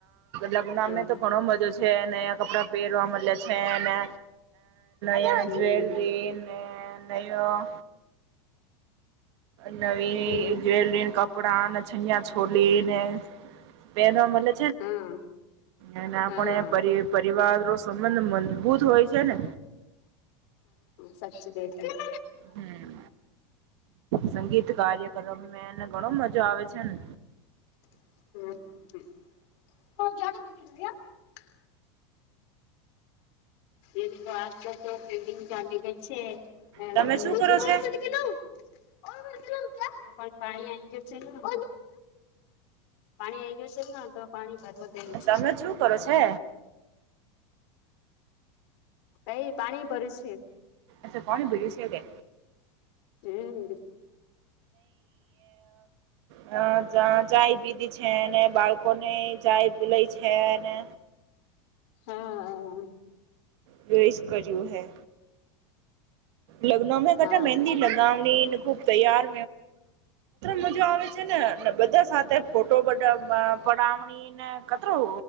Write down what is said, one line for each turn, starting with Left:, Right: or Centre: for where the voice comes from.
Right: લગ્નને
Left: હા
Right: તો ઘણો મજો છે કપડાં પહેરવા મલે છે ને નયો
Left: હમ
Right: જવેલરી નયોો નવી
Left: હમ
Right: જ્વેલરી કપડા અને જનિયા છોલી ને પહેલા મ ને
Left: હા
Right: એ આપ
Left: હા
Right: પરિવાર સંબંધ મજબૂત હોય છે ને
Left: સાચુ બેન <inaudible> હેલો
Right: હમ સંગીત કાર્યક્રમ એને ઘણો મજા આવે છે ને
Left: હમ હ જા એ આસતા તો બિલ્ડિંગ જામી ગઈ છે એું
Right: તમે શું કરો
Left: કે ના
Right: છે
Left: <inaudible> <inaudible> પણ પાણી આવી ગયું છે ને <inaudible> પાણી આઈ ગયું છે તો પાણી ભરવયું છે
Right: તમે શું કરો છે
Left: કઈ પાણી ભર્યું છે
Right: અચ્છા પોણી ભળશે કે
Left: હમ
Right: હા ન ચાય પીધી છે છે ને બાળકો ને જાય પી લઈ છે ને
Left: હા.
Right: પ્રવેશ કર્યું હૈ. લગ્ન મેં કટા
Left: હા.
Right: મંંદી લગા. ખબ <unintelligible> તૈયાર મજા આવે છે, ને બધા સાથે ફોટો પડા પડામણી ને કતરું